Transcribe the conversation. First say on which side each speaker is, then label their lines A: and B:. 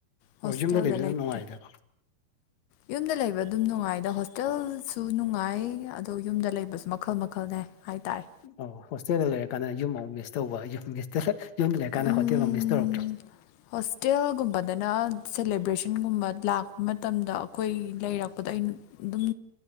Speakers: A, on the left; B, on the left.
A: ꯍꯣꯁꯇꯦꯜꯗ
B: ꯑꯣ ꯌꯨꯝꯗ ꯂꯩꯕꯁꯨ ꯑꯗꯨꯝ
A: ꯂꯩꯇꯦ
B: ꯅꯨꯡꯉꯥꯏꯗꯀꯣ
A: ꯌꯨꯝꯗ ꯂꯩꯕ ꯑꯗꯨꯝ ꯅꯨꯡꯉꯥꯢꯗ ꯍꯣꯁꯇꯦꯜꯁꯨ ꯅꯨꯡꯉꯥꯢ ꯑꯗꯣ ꯌꯨꯝꯗ ꯂꯩꯕꯁꯨ ꯃꯈꯜ ꯃꯈꯜꯅꯦ ꯍꯥꯢꯇꯥꯔꯦ
B: ꯑꯣ ꯍꯣꯁꯇꯦꯜꯗ ꯂꯩꯔꯀꯥꯟꯗ ꯌꯨꯝ ꯑꯃ ꯃꯤꯁ ꯇꯧꯕ ꯌꯨꯝ ꯃꯤꯁꯇꯍ ꯌꯨꯝꯗ ꯂꯩꯔꯀꯥꯟꯗ
A: ꯎꯝ
B: ꯍꯣꯇꯦꯜ ꯑꯝ ꯃꯤꯁ ꯇꯧꯔꯛꯇ꯭ꯔꯣ
A: ꯍꯣꯁꯇꯦꯜꯒꯨꯝꯕꯗꯅ ꯁꯦꯂꯦꯕ꯭ꯔꯦꯁꯟꯒꯨꯝꯕ ꯂꯥꯛꯄ ꯃꯇꯝꯗ ꯑꯈꯣꯢ ꯂꯩꯔꯛꯄꯗ ꯑꯩꯟ ꯗꯨꯝ